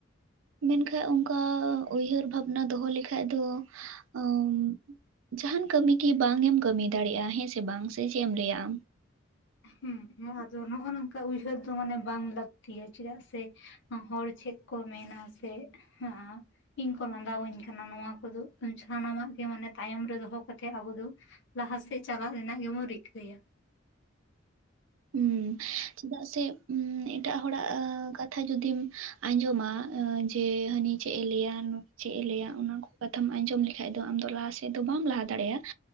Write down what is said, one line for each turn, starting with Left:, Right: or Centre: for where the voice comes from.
Right: ᱢᱮᱱ ᱠᱷᱟᱡ ᱚᱱᱠᱟ ᱩᱭᱦᱟᱹᱨ ᱵᱷᱟᱵᱽᱱᱟ ᱫᱚᱦᱚ ᱞᱮᱠᱷᱟᱡ ᱫᱚ ᱟᱹᱢᱻ ᱡᱟᱦᱟᱱ ᱠᱟᱹᱢᱤ ᱜᱮ ᱵᱟᱝ ᱮᱢ ᱠᱟᱹᱢᱤ ᱫᱟᱲᱮᱭᱟᱜᱼᱟ ᱦᱮᱸ ᱥᱮ ᱵᱟᱝ ᱥᱮ ᱪᱮᱫ ᱮᱢ ᱞᱟᱹᱭᱟ ᱟᱢ?
Left: ᱦᱩᱸ ᱱᱚᱣᱟ ᱫᱚ ᱱᱚᱜᱼᱱᱚᱝᱠᱟ ᱩᱭᱦᱟᱹᱨ ᱫᱚ ᱢᱟᱱᱮ ᱵᱟᱝ ᱞᱟᱹᱠᱛᱤᱭᱟ ᱪᱮᱫᱟᱜ ᱥᱮ ᱦᱚᱲ ᱪᱮᱫ ᱠᱚ ᱢᱮᱱᱟ ᱥᱮ ᱦᱟᱸ ᱤᱧ ᱠᱚ ᱞᱟᱸᱫᱟᱣᱟᱹᱧ ᱠᱟᱱᱟ ᱱᱚᱣᱟ ᱠᱚ ᱫᱚ ᱥᱟᱱᱟᱢ ᱟᱜ ᱜᱮ ᱢᱟᱱᱮ ᱛᱟᱭᱚᱢ ᱨᱮ ᱫᱚᱦᱚ ᱠᱟᱛᱮᱜ ᱟᱵᱚ ᱫᱚ᱾ ᱞᱟᱦᱟ ᱥᱮᱫ ᱪᱟᱞᱟᱜ ᱨᱮᱱᱟᱜ ᱜᱮ ᱵᱚᱱ ᱨᱤᱠᱟᱹᱭᱟ᱾
Right: <unintelligible> ᱪᱮᱫᱟᱜ ᱥᱮ ᱮᱴᱟᱜ ᱦᱚᱲᱟᱜ ᱠᱟᱛᱷᱟ ᱡᱩᱫᱤᱢ ᱟᱸᱡᱚᱢᱟ ᱡᱮ ᱦᱟᱹᱱᱤ ᱪᱮᱫ ᱮ ᱞᱟᱹᱭᱟ ᱪᱮᱫ ᱮ ᱞᱟᱹᱭᱟ ᱚᱱᱟ ᱠᱚ ᱠᱟᱛᱷᱟᱢ ᱟᱸᱡᱚᱢ ᱞᱮᱠᱷᱟᱡ ᱫᱚ ᱟᱢ ᱫᱚ ᱞᱟᱦᱟ ᱥᱮᱫ᱾ <unintelligible> ᱵᱟᱢ ᱞᱟᱦᱟ ᱫᱟᱲᱮᱭᱟᱜᱼᱟ